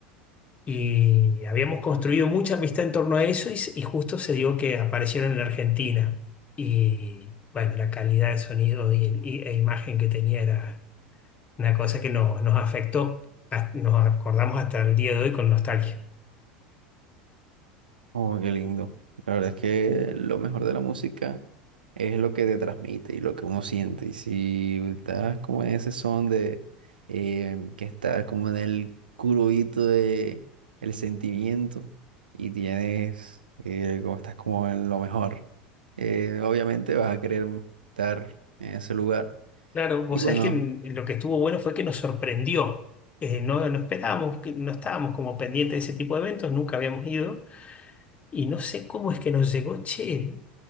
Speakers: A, on the left (about 30°); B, on the right (about 80°).
A: y habíamos construido mucha amistad en torno a eso y, s- y justo se dio que aparecieron en Argentina. Y bueno, la calidad de sonido y, el- y- e imagen que tenía era una cosa que nos, nos afectó. Ha- Nos acordamos hasta el día de hoy con nostalgia.
B: Oh, qué lindo. La verdad es que lo mejor de la música es lo que te transmite y lo que uno siente. Y si estás como en ese son de eh, que estás como en el curubito de el sentimiento y tienes eh, como estás como en lo mejor, eh, obviamente vas a querer estar en ese lugar.
A: Claro, vos
B: Y bueno,
A: sabés que en- lo que estuvo bueno fue que nos sorprendió. Eh, no, no esperábamos, que no estábamos como pendientes de ese tipo de eventos, nunca habíamos ido. Y no sé cómo es que nos llegó, che.